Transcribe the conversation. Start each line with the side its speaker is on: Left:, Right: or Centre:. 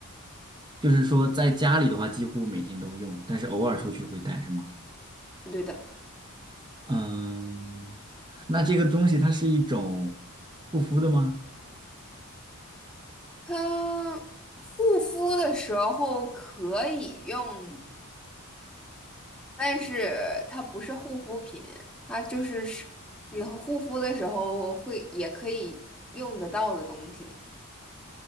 Right: 就是说在家里的话几乎每天都用，但是偶尔出去会带，是吗？
Centre: 对的。
Right: 嗯，那这个东西它是一种护肤的吗？
Centre: 它护肤的时候可以用，但是它不是护肤品，它就是是你护肤的时候会也可以用得到的东西。